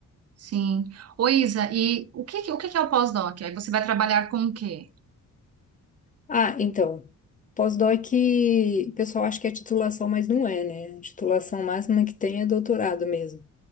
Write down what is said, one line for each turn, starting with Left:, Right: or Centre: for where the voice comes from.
Right: Sim. Ô, Isa, e o que, que- o que que é o pós-doc? Aí você vai trabalhar com o quê?
Left: Ah, então, pós-doc, o pessoal acha que é titulação, mas não é, né? A titulação máxima que tem é doutorado mesmo.